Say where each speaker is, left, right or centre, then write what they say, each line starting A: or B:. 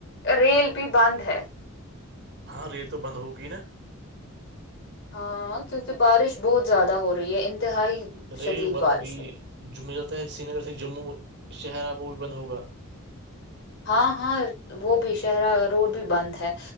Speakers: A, on the left (about 60°); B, on the right (about 55°).
A: ریل بھی بند ہے
B: ہاں ریل تو بند ہوگی نا
A: ہاں کیونکہ بارش بہت زیادہ ہو رہی ہے انتہائی
B: ریل
A: شدید
B: بند
A: بارش
B: ہوگی
A: ہے
B: م جاتتا ہے سری نگر سے جموں شہر ہے وہ بھی بند ہوگا
A: ہاں ہاں وہ بھی شہرا روڈ بھی بند ہے